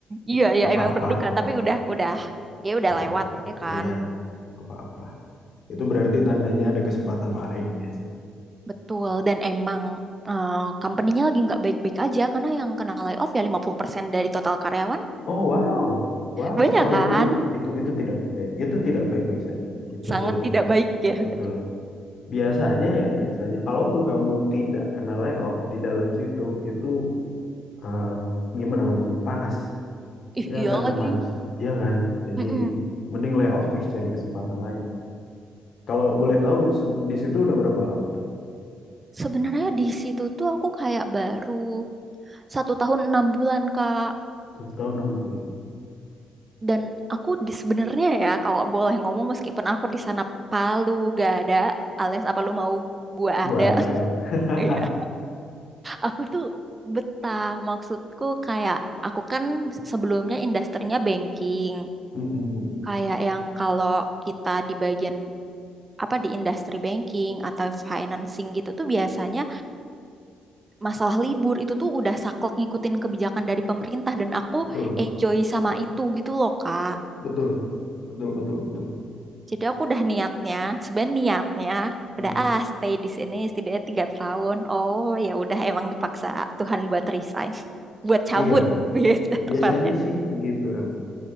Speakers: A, on the right; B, on the left.
A: iya iya
B: Gak apa-apa,
A: emang berduka
B: gak apa-apa,
A: tapi udah udah ya udah
B: gak apa-apa.
A: lewat ya kan
B: Iya, gak apa-apa. Itu berarti tandanya ada kesempatan lain biasanya.
A: betul dan emang eh company-nya lagi nggak baik-baik aja karena yang kena layoff ya 50% dari total karyawan
B: Oh, wow, wow.
A: Banyak
B: Oh,
A: kan?
B: itu, itu, itu tidak baik. Itu tidak baik-baik saja. Betul,
A: Sangat tidak baik ya.
B: betul. Biasanya ya, biasanya. Kalaupun kamu tidak kena layoff di dalam situ, itu eh, gimana ngomongnya? Panas.
A: Ih,
B: Dia
A: iya
B: akan
A: lagi.
B: panas, iya kan? Jadi
A: Mm-mm.
B: mending layoff terus cari kesempatan lain. Kalau boleh tahu se- di situ udah berapa lama tuh?
A: Sebenarnya di situ tuh aku kayak baru satu tahun enam bulan Kak.
B: Satu tahun enam bulan.
A: Dan aku di sebenarnya ya kalau boleh ngomong meskipun aku di sana Palu gak ada alias apa lu mau gua
B: Gua
A: ada.
B: ada.
A: <laughs>
B: <laughs>
A: Iya. Aku tuh betah maksudku kayak aku kan sebelumnya industrinya banking.
B: Mm-mm.
A: Kayak yang kalau kita di bagian apa di industri banking atau financing gitu tuh biasanya masalah libur itu tuh udah saklek ngikutin kebijakan dari pemerintah dan aku
B: Betul,
A: enjoy sama itu gitu loh Kak.
B: betul, betul, betul, betul.
A: Jadi aku udah niatnya, sebenarnya niatnya
B: Mm.
A: udah ah stay di sini setidaknya tiga tahun. Oh ya udah emang dipaksa Tuhan buat resign, <laughs> buat cabut
B: Iya,
A: <laughs> gitu
B: biasanya
A: tepatnya.
B: sih begitu em.